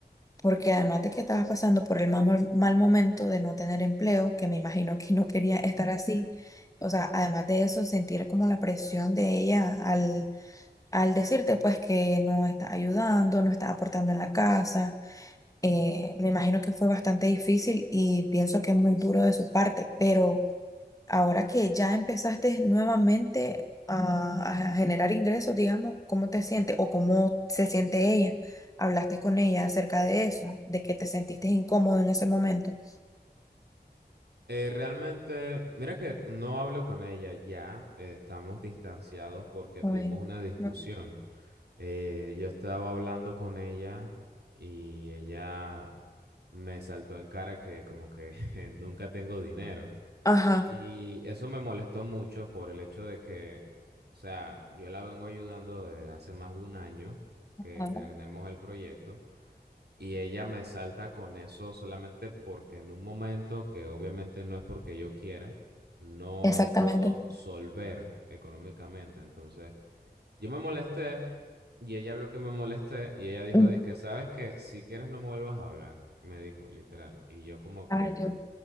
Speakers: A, on the left; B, on the right.
A: Porque además de que estabas pasando por el mal, mal momento de no tener empleo, que me imagino que no quería estar así, o sea, además de eso, sentir como la presión de ella al, al decirte pues que no está ayudando, no está aportando en la casa, eh, me imagino que fue bastante difícil y pienso que es muy duro de su parte, pero... Ahora que ya empezaste nuevamente a, a generar ingresos, digamos, ¿cómo te sientes o cómo se siente ella? ¿Hablaste con ella acerca de eso, de que te sentiste incómodo en ese momento?
B: Eh, realmente, mira que no hablo con ella ya, eh, estamos distanciados porque
A: Ay,
B: tuvimos una discusión.
A: no.
B: Eh, yo estaba hablando con ella y ella me saltó en cara que como que <laughs> nunca tengo dinero.
A: Ajá,
B: Y eso me molestó mucho por el hecho de que, o sea, yo la vengo ayudando desde hace más de un año que
A: Ah,
B: tenemos el proyecto y ella me salta con eso solamente porque en un momento que obviamente no es porque yo quiera, no
A: exactamente.
B: puedo solver económicamente. Entonces, yo me molesté y ella vio que me molesté y ella dijo,
A: Ujú,
B: que ¿sabes que Si quieres no me vuelvas a hablar, me dijo, literal. Y yo como que...
A: Ay, Dios.